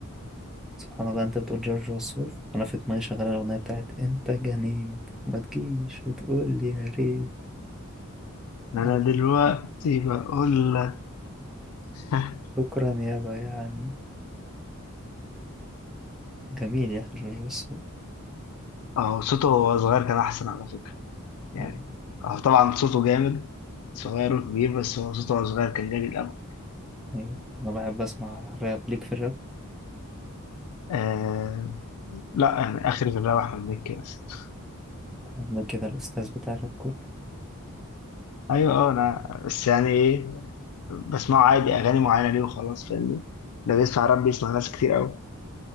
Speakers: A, in the centre; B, on the left (about 85°).
A: سبحان الله انت بتقول جورج وسوف انا في دماغي شغاله الاغنيه بتاعت انت جنيت ما تجيش وتقول لي يا ريت ألف
B: أنا دلوقتي بقول لك <laughs>
A: شكرا يابا يعني جميل يا أخي جورج وسوف
B: أهو صوته وهو صغير كان أحسن على فكرة يعني
A: آه،
B: أهو طبعا صوته جامد صغير وكبير بس هو صوته وهو صغير كان جامد الأول
A: أيوة أنا بحب أسمع راب ليك في الراب
B: آه لا يعني آخر في الراب أحمد مكي بس <laughs>
A: أنا كده الأستاذ بتاع الراب كله
B: أيوه أه أنا بس يعني إيه بسمعه عادي أغاني معينة ليه وخلاص فاهمني ده بيسمع راب بيسمع ناس كتير أوي